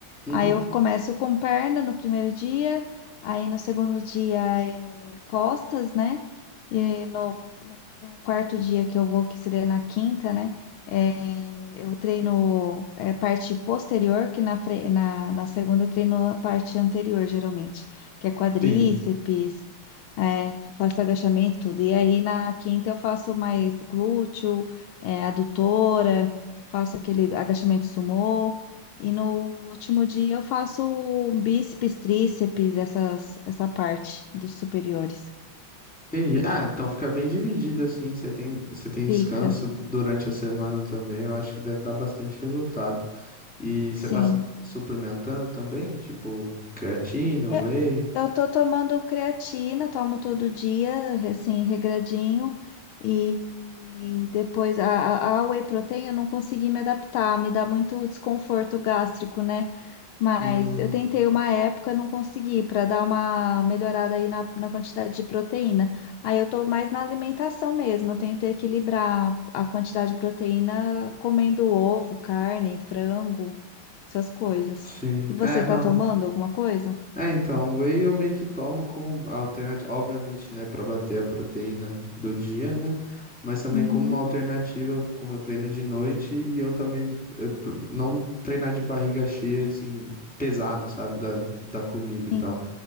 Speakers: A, in the centre; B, on the left (about 75°).
A: Uhum.
B: Aí eu começo com perna no primeiro dia, aí no segundo dia é costas, né? E no, no- no quarto dia que eu vou, que seria na quinta, né? é, eu treino é, parte posterior, que na, fre- na, na segunda eu treino a parte anterior, geralmente, que é quadríceps,
A: Sim.
B: é, faço agachamento, tudo. E aí na quinta eu faço mais glúteo, é, adutora, faço aquele agachamento sumô. E no último dia eu faço bíceps, tríceps, essas, essa parte dos superiores.
A: Entendi. Ah, então fica bem dividido assim. Você tem, você tem descanso
B: Fica,
A: durante a semana também. Eu acho que deve dar bastante resultado. E você
B: sim.
A: tá su- suplementando também? Tipo, creatina,
B: É,
A: whey?
B: Eu tô tomando creatina, tomo todo dia, assim, regradinho. E depois a, a a whey protein eu não consegui me adaptar, me dá muito desconforto gástrico, né? Mas
A: Hum,
B: eu tentei uma época, não consegui, para dar uma melhorada aí na, na quantidade de proteína. Aí eu tô mais na alimentação mesmo, eu tento equilibrar a quantidade de proteína comendo ovo, carne, frango, essas coisas.
A: sim.
B: E você
A: É,
B: tá
A: não.
B: tomando alguma coisa?
A: É, então, whey eu meio que tomo como alternativa. Obviamente, né, pra bater a proteína do dia, né? Mas também
B: Uhum.
A: como uma alternativa, como eu treino de noite e eu também eh, pro- não treinar de barriga cheia, assim, pesado, sabe, da, da comida e
B: Sim,
A: tal.